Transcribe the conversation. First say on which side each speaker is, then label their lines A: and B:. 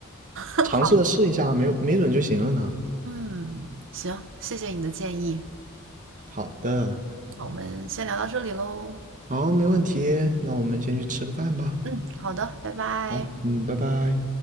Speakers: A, on the right; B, on the right.
A: <laughs>
B: 尝试的试一下，
A: 好，
B: 没没准就行了呢。
A: 嗯，行，谢谢你的建议。
B: 好的，
A: 我们先聊到这里喽。
B: 好，没问题，那我们先去吃个饭吧。
A: 嗯，好的，拜拜。
B: 好，嗯，拜拜。